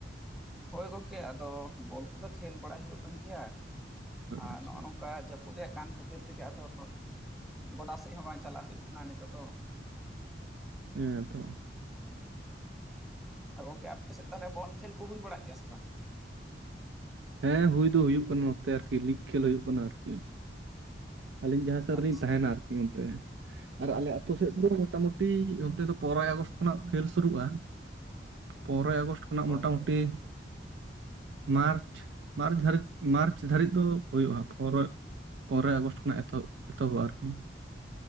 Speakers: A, in the centre; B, on the right.
A: ᱦᱳᱭ ᱜᱚᱢᱠᱮ ᱟᱫᱚ ᱵᱚᱞ ᱠᱚᱫᱚ ᱠᱷᱮᱞ ᱵᱟᱲᱟᱭ ᱦᱩᱭᱩᱜ ᱠᱟᱱ ᱜᱮᱭᱟ, ᱟᱨ
B: ᱟᱪᱪᱷᱟ
A: ᱱᱚᱜ-ᱚ ᱱᱚᱝᱠᱟ ᱡᱟᱹᱯ ᱩᱫᱮ ᱠᱟᱱ ᱠᱷᱟᱹᱛᱤᱨ ᱛᱮᱜᱮ, ᱟᱫᱚ ᱜᱚᱰᱟ ᱥᱮᱫ ᱦᱚᱸ ᱵᱟᱝ ᱪᱟᱞᱟᱜ ᱦᱩᱭᱩᱜ ᱠᱟᱱᱟ ᱱᱤᱛᱚᱜ ᱫᱚ
B: ᱦᱮᱸ ᱛᱚ᱾
A: ᱜᱚᱝᱠᱮ ᱟᱯᱮᱥᱮᱫ ᱛᱟᱦᱚᱞᱮ ᱵᱚᱞ ᱠᱷᱮᱞ ᱠᱚ ᱦᱩᱭ ᱵᱟᱲᱟᱜ ᱜᱮᱭᱟ ᱥᱮ ᱵᱟᱝ?
B: ᱦᱮᱸ ᱦᱩᱭ ᱫᱚ ᱦᱩᱭᱩᱜ ᱠᱟᱱᱟ᱾ᱱᱚᱛᱮ ᱟᱨᱠᱤ ᱞᱤᱜᱽ ᱠᱷᱮᱞ ᱦᱩᱭᱩᱜ ᱠᱟᱱᱟ ᱟᱨᱠᱤ᱾ ᱟᱹᱞᱤᱧ ᱡᱟᱦᱟᱸ ᱥᱮᱫ ᱨᱮᱞᱤᱧ
A: ᱟᱪᱪᱷᱟ
B: ᱛᱟᱦᱮᱱᱟ ᱟᱨ ᱠᱤ ᱚᱱᱛᱮ ᱟᱨ ᱟᱞᱮ ᱟᱛᱩ ᱥᱮᱫ ᱫᱚ
A: ᱟᱪᱪᱷᱟ
B: ᱢᱚᱴᱟᱼᱢᱩᱴᱼᱼ ᱴᱤᱡ ᱚᱱᱛᱮ ᱫᱚ ᱯᱚᱨᱟᱭ ᱟᱜᱚᱥᱴ ᱠᱷᱚᱱᱟᱜ ᱠᱷᱮᱹᱞ ᱥᱩᱨᱩᱜ-ᱟ ᱯᱚᱱᱨᱚᱭ ᱟᱜᱚᱥᱴ ᱠᱷᱚᱱᱟᱜ
A: ᱦᱳᱭ
B: ᱢᱚᱴᱟᱼᱢᱩᱴᱤᱼᱼ
A: ᱦᱳᱭ
B: ᱢᱟᱨᱪ ᱢᱟᱨᱪ ᱫᱷᱟᱨᱤᱡ ᱢᱟᱨᱪ ᱫᱷᱟᱹᱨᱤᱡ ᱫᱚ ᱦᱩᱭᱩᱜ-ᱟ ᱦᱟᱸᱜ ᱯᱚᱨᱚᱭ ᱯᱚᱸᱨᱚᱭ ᱟᱜᱚᱥᱴ ᱠᱷᱚᱱᱟᱜ ᱮᱛᱚᱦᱚᱵ ᱮᱛᱚᱦᱚᱵᱚᱜ-ᱟ ᱟᱨ ᱠᱤ᱾